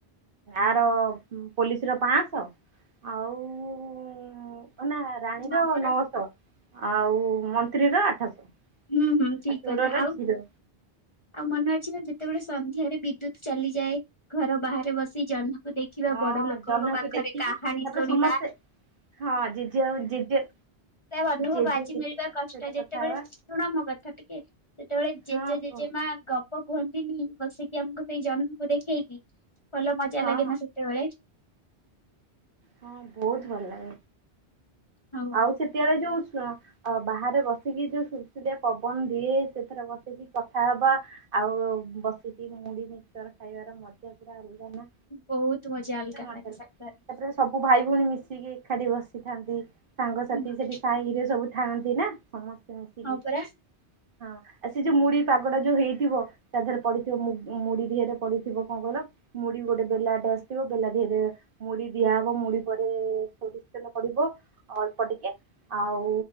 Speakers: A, on the right; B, on the left.
A: ଆର ପୋଲିସ ର ପାଁଶହ ଆଉ ନା ରାଣୀର
B: ହଁ ପରା
A: ନଅଶହ। ଆଉ ମନ୍ତ୍ରୀ ର ଆଠଶହ।
B: ହୁଁ ହୁଁ ଠିକ
A: ଆଉ ଚୋରର
B: କଥା ଆଉ?
A: ଜିରୋ
B: ଆଉ ମନେ ଅଛି ନା ଯେତେବେଳେ ସନ୍ଧ୍ୟାରେ ବିଦ୍ୟୁତ ଚାଲିଯାଏ ଘର ବାହାରେ ବସି ଜହ୍ନ ଦେଖିବା
A: ହଁ
B: ବଡ ଲୋକଙ୍କ
A: ଜହ୍ନକୁ
B: ପାଖରେ
A: ଦେଖିକି
B: କାହାଣୀ
A: ତାପରେ
B: ଶୁଣିବା।
A: ସମସ୍ତେ ହଁ ଜେଜେ ଆଉ ଜେଜେ
B: ତା ଅନୁଭବ
A: ଜେଜେ
B: ଆଜି
A: ଜେଜେମାଙ୍କ
B: ମିଳିବା କଷ୍ଟ
A: ସହିତ
B: ଯେତେବେଳେ
A: କଥା ହେବା
B: ଶୁଣ ମୋ କଥା ଟିକେ ସେତେବେଳେ
A: ହଁ
B: ଜେଜେ
A: କୁହ
B: ଜେଜେମା ମା ଗପ କୁହନ୍ତିନି ବସେଇକିି ଆମକୁ ସେଇ ଜନ୍ମକୁ ଦେଖେଇକି। ଭଲ ମଜା
A: ହଁ
B: ଲାଗେନା ସେତେବେଳେ?
A: ହଁ ବହୁତ ଭଲ ଲାଗେ,
B: ହଁ
A: ଆଉ ସେତେବେଳେ ଯୋଉ ଛ ଅ ବାହାରେ ବସିକି ଯୋଉ ସୁସୁଲିଆ ପବନ ଦିଏ ସେଥିରେ ବସିକି କଥା ହବା ଆଉ ବସିକି ମୁଢ ମିକଚର ଖାଇବାର ମଜା ପୁରା ଅଲଗା ନା।
B: ବହୁତ ମଜା
A: କେତେ
B: ଅଲଗା
A: ମଜା
B: ଲାଗେ ସତରେ।
A: ତାପରେ ସବୁ ଭାଇ ଭଉଣୀ ମିଶିକି ଏକାଠି ବସିଥାନ୍ତି ସାଙ୍ଗସାଥି
B: ହଁ
A: ସେଠି ସାହିରେ ସବୁ ଥାନ୍ତି ନା ସମସ୍ତେ ମିଶିକି
B: ପରା
A: ହଁ। ଆଉ ସେ ଯୋଉ ମୁଢ ପାଗଡା ଯୋଉ ହେଇଥିବ ତା ଦେହରେ ପଡିଥିବ ମୁ ମୁଢି ଦିହରେ ପଡିଥିବ କଣ କହିଲ ମୁଢ ଗୋଟେ ବେଲାଟେ ଆସିଥିବ ବେଲା ଦେହରେ ମୁଢି ଦିଆହବ ମୁଢି ପରେ ସୋରିଷ ତେଲ ପଡିବ ଆଉ ଅଳ୍ପ ଟିକେ ଆଉ